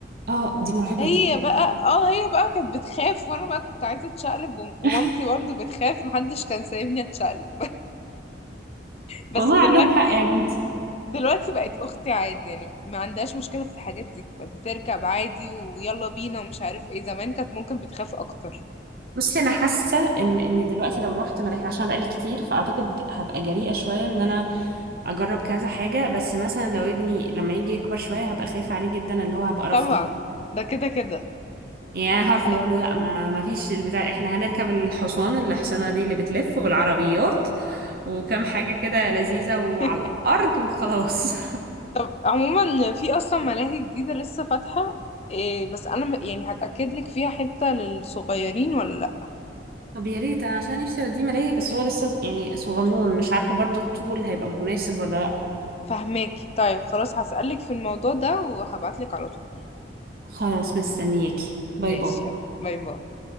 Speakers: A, on the right; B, on the left.
A: اه دي مرعبه
B: هي
A: دي
B: بقى اه هي بقى كانت بتخاف وانا بقى كنت عايزة اتشقلب وم- ومامتي
A: <laughs>
B: برضو بتخاف محدش كان سايبني اتشقلب <laughs> بس
A: والله
B: دلوقتي
A: عندهم حق يا بنتي
B: دلوقتي بقت اختي عادي يعني ما عندهاش مشكلة في الحاجات دي بقت بتركب عادي ويلا بينا ومش عارف ايه زمان كانت ممكن بتخاف اكتر
A: بصي انا حاسه ان ان دلوقتي لو رحت ملاهي عشان بقالي كتير فاعتقد هبقى جريئه شويه ان انا اجرب كذا حاجه بس مثلا لو ابني لما يجي يكبر شويه هبقى خايفه عليه جدا اللي هو هبقى رافضه
B: طبعا ده كده كده
A: يعني انا
B: ده
A: هعرف
B: اكيد
A: اقول له لا ما ما فيش البتاع احنا هنركب الحصان الحصانه دي اللي بتلف والعربيات وكم حاجه كده لذيذه وعلى
B: <laughs>
A: الارض وخلاص <laughs>
B: طب عموما في اصلا ملاهي جديدة لسه فاتحة إيه بس انا م- يعني هتأكد لك فيها حتة للصغيرين ولا لا
A: طب يا ريت انا عشان نفسي اوديه ملاهي بس هو لسه ز- يعني صغنون مش عارفه برضو الطول هيبقى مناسب ولا لا
B: فهماكي طيب خلاص هسألك في الموضوع ده وهبعت لك على طول
A: خلاص مستنياكي باي
B: ماشي
A: باي
B: يلا باي باي